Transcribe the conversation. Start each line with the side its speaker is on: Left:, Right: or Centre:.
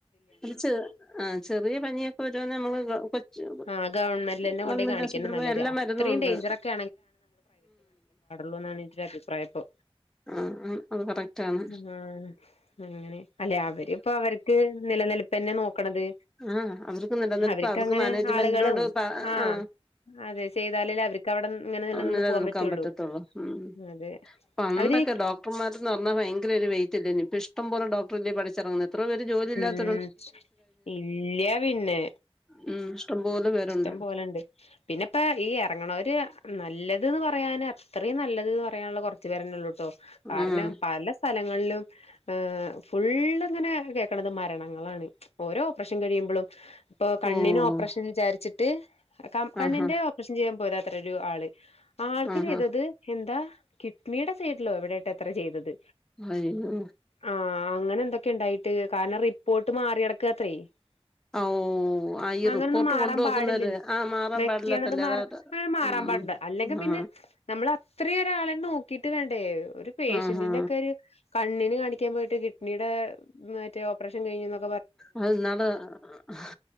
Centre: ഈചെറ് ആ ചെറിയ പനിയൊക്കെ വരാനമ്മള് കൊച്ചു
Left: ആഹ് ഗവൺമെന്റിലന്നെ
Centre: ഗവൺമെൻ്റ്
Left: കൊണ്ടോയി കാണിക്കന്നെ
Centre: ആശുപത്രിയില്എല്ലാം
Left: നല്ലത് അത്രയും
Centre: മരുന്നൂണ്ട്
Left: ഡേഞ്ചറൊക്കെ ണൊന്നാണ് ൻ്റൊര് അഭിപ്രായപ്പൊ
Centre: ആഹ് അത് കറക്റ്റാണ്
Left: ആ അങ്ങനെ അവരിപ്പൊ അവർക്ക് നിലനിൽപ്പന്നെ നോക്കണത്
Centre: ആ അവരുപ്പൊ നിലനിൽപ്പ്
Left: അവർക്കങ്ങനെ
Centre: അവർക്കും മേനേജ്മെൻ്റിനോട്
Left: ആളുകളും
Centre: പാ
Left: ആഹ്
Centre: ആ
Left: അതെ ചെയ്താലല്ലേ അവർക്ക് അവിടെ ഇങ്ങനെ നിലനിന്ന്
Centre: നിലനിൽകാൻ
Left: പോകാൻ പറ്റുള്ളൂ
Centre: പറ്റത്തൊള്ളൂ ഉം
Left: അതെ
Centre: പണ്ടൊക്കെ
Left: അവര്
Centre: ഡോക്ടറ്മാര്പറഞ്ഞ ഭയങ്കരഒരു വൈ റ്റൈനു ഇപ്പോ ഇഷ്ടംപോലെ ഡോക്ടറല്ലെ പടിച്ചെറങ്ങുന്ന് ഇത്രേംപേര് ജോലില്ലാതെ
Left: ഉം ഇല്ല പിന്നെ
Centre: ഉം ഇഷ്ടം പോലെ പേരുണ്ട്
Left: ഇഷ്ടംപോലെണ്ട് പിന്നെപ്പ ഈ എറങ്ങ്ണോര് നല്ല ല്ലത് ന് പറയാന് അത്രയും നല്ലത് പറയാന്ള്ള കൊറച്ച് പേരെന്നെള്ളു കാരണം
Centre: ആഹ്
Left: പലസ് സ്ഥലങ്ങളിലും ഏ ഫുള്ള്ങ്ങനെ ക്ക്ണത് മരണങ്ങളാണ് ഓരോ ഓപറേഷൻ കഴിയും പളും പ്പോ കണ്ണിന്
Centre: ഓഹ്
Left: ഓപറഷൻജാരിച്ചിട്ട് കം കണ്ണിൻ്റെ
Centre: ആഹാ
Left: ഓപ്പറഷൻ ചെയ്യാൻ പോയത തരു ആള് ആൾക്ക്
Centre: ആഹാ
Left: ചെയ്തത് എന്താ കിഡ്നിടെ സൈഡിലോവിടെറ്റാത്ര ചെയ്തത്
Centre: അയ്യോ
Left: ആ അങ്ങനെന്തെക്കെണ്ടായി ട്ട് <unintelligible> കാരണം റിപ്പോട്ട് മാറിടക് കാത്രേ <unintelligible>
Centre: ഓ ആ ഈ
Left: അങ്ങനൊന്നും
Centre: റിപ്പോർട്ട്
Left: മാറാൻ
Centre: കൊണ്ട് വെക്കുന്നവര്
Left: പാടില്ലല്ലോ
Centre: ആ മാറാൻ
Left: <unintelligible>
Centre: പാടില്ലാത്തല്ലേ
Left: മാറ
Centre: അതാ
Left: അങ്ങനെമാറാൻപാടുണ്ടോ
Centre: ഉം
Left: അല്ലെങ്കിപിന്നെ
Centre: ആ
Left: നമ്മളത്രയേറെ ആളെ നോക്കീട്ട് വേണ്ടേ ഒരു പേഷ്യന്റിന്റെക്കൊരു
Centre: ആ ആ
Left: കണ്ണിനു കാണി കെമേട്ട <unintelligible> കിട്ട് ന്ന്ട്ടാ മേ <unintelligible> ഓപ്പറഷൻ കഴിഞ്ഞതോ
Centre: ആ ഇന്നാള് ഹ